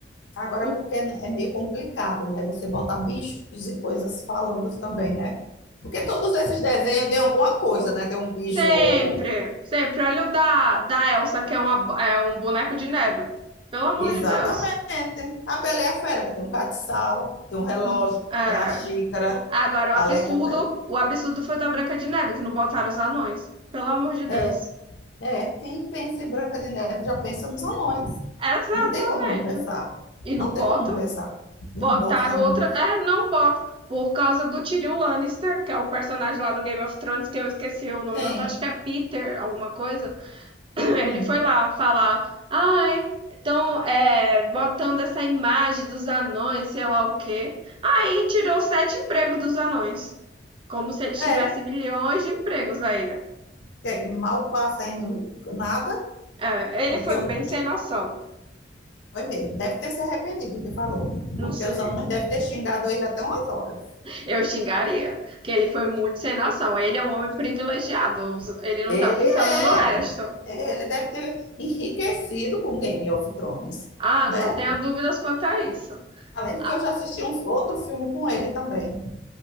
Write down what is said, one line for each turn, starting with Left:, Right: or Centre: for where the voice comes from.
Left: Agora,
Right: O
Left: porque é meio complicado, né? Você botar bichos e coisas falando também, né? Porque todos esses desenhos têm alguma coisa, né? Tem um bicho.
Right: Sempre,
Left: ou- ou-
Right: sempre. Olha o da, da Elsa, que é, uma, é um boneco de neve. Pelo amor
Left: Exatamente.
Right: de Deus.
Left: A Bela e a Fera, que tem um catiçal, tem um relógio,
Right: Hum, é.
Left: tem a xícara,
Right: Agora, o
Left: além
Right: absurdo,
Left: da Bela.
Right: o absurdo foi da Branca de Neve, que não botaram os anões. Pelo amor de Deus.
Left: É, é. Quem pensa em Branca de Neve já pensa nos anões.
Right: Exatamente.
Left: Não tem como não pensar.
Right: E
Left: Não
Right: não
Left: tem
Right: botam,
Left: como não pensar. E
Right: botaram
Left: não bota os anões?
Right: outra. É, não botam. Por causa do Tyrion Lannister, que é o personagem lá do Game of Thrones, que eu esqueci o nome
Left: Sim.
Right: do ator, acho que é Peter, alguma coisa. <coughs> Ele
Left: Hum.
Right: foi lá falar, ai, estão é, botando essa imagem dos anões, sei lá o quê. Aí tirou sete empregos dos anões. Como se eles
Left: É.
Right: tivessem milhões de empregos aí.
Left: Que é que mal passa em nada,
Right: É, ele
Left: porque
Right: foi
Left: eu
Right: bem sem noção.
Left: Foi mesmo. Deve ter se arrependido do que falou,
Right: Não
Left: porque
Right: sei.
Left: os alunos devem ter xingado ele até umas horas.
Right: Eu xingaria. Que ele foi muito sem noção. Ele é um homem privilegiado. Ele não
Left: Ele
Right: tá pensando no resto.
Left: é. Ele deve ter enriquecido com Game of Thrones,
Right: Ah,
Left: né?
Right: não tenho dúvidas quanto a isso.
Left: Além de
Right: Ah,
Left: que eu já assisti um outro filme com ele também.